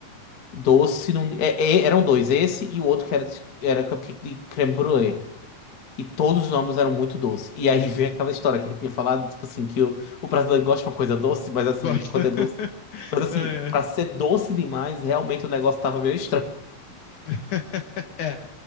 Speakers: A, on the left; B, on the left.
A: doce. não é- é- eram dois, esse e o outro que era, de- era cupcake de creme brulee. E todos os ambos eram muito doces. E aí <laughs> vem aquela história que a gente tinha falado, tipo assim, que o, o brasileiro gosta de uma coisa doce, mas assim,
B: Gosto.
A: quando
B: <laughs>
A: é doce. Mas assim,
B: Ai, ai.
A: pra ser doce demais, realmente o negócio tava meio estranho.
B: <laughs> É,